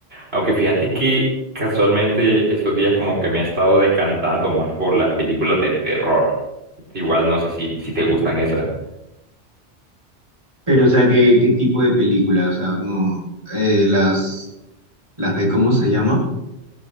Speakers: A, on the right; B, on the right.
A: Aunque fíjate que casualmente estos días como que me he estado decantando más por las películas de terror. Igual no sé si, si te gustan
B: De-
A: esas.
B: Pero, o sea, ¿qué, qué tipo de película? O sea, no, eh, las, las de, ¿cómo se llama?